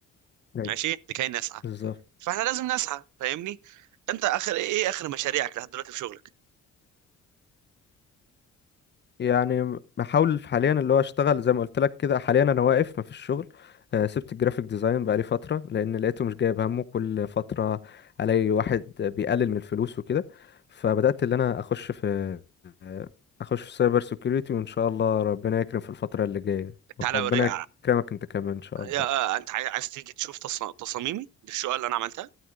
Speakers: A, on the left (about 35°); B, on the right (about 75°).
A: أيوة،
B: ماشي لكي نسعى
A: بالظبط
B: فإحنا لازم نسعى فاهمني أنت آخر إيه آخر مشاريعك لحد دلوقتي في شغلك
A: يعني بحاول حاليا اللي هو اشتغل زي ما قلت لك كده حاليا انا واقف مفيش شغل آه، سبت الجرافيك ديزاين بقالي فترة لان لقيته مش جايب همه كل فترة الاقي واحد بيقلل من الفلوس وكده فبدأت اللي انا اخش في آه، اخش في سايبر سيكيورتي وان شاء الله ربنا يكرم في الفترة اللي جاية
B: تعالى
A: ربنا
B: أوريك
A: يكرمك انت كمان ان شاء الله
B: يا- آه، أنت عايز تيجي تشوف تص- تصاميمي دي الشقة اللي أنا عملتها